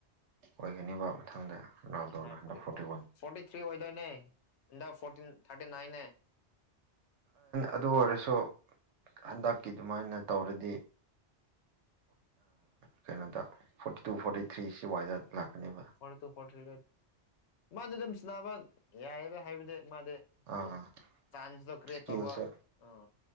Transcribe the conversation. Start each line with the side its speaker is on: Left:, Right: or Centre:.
Right: ꯑꯣꯏꯒꯅꯤꯕ ꯃꯊꯪꯗ
Left: ꯊꯥꯔꯇꯤ ꯅꯥꯏꯟ
Right: ꯍꯟ forty
Left: four
Right: one
Left: forty three ꯑꯣꯏꯗꯣꯏꯅꯦ ꯍꯟꯗꯛ ꯐꯣꯔꯇꯤꯟ ꯊꯥꯔꯇꯤ ꯅꯥꯏꯟꯅꯦ
Right: ꯑꯗꯨ ꯑꯣꯏꯔꯁꯨ ꯍꯟꯗꯛꯀꯤ ꯑꯗꯨꯃꯥꯏꯅ ꯇꯧꯔꯗꯤ ꯀꯩꯅꯣꯗ ꯐꯣꯔꯇꯤ ꯇꯨ ꯐꯣꯔꯇꯤ ꯊ꯭ꯔꯤ ꯁꯤ ꯋꯥꯏꯗ ꯂꯥꯛꯀꯅꯦꯕ
Left: ꯐꯣꯔ ꯇꯨ ꯐꯣꯔ ꯊ꯭ꯔꯤ ꯃꯥꯗꯤ ꯑꯗꯨꯝ ꯁꯤꯅꯕ ꯌꯥꯏꯑꯕ ꯍꯥꯏꯕꯗꯤ ꯃꯥꯗꯤ
Right: ꯑꯥ
Left: ꯝ ꯆꯥꯟꯁꯗ ꯀ꯭ꯔꯦ
Right: ꯏꯁꯀꯤꯜꯁꯨ
Left: ꯇꯧꯕ ꯑꯥ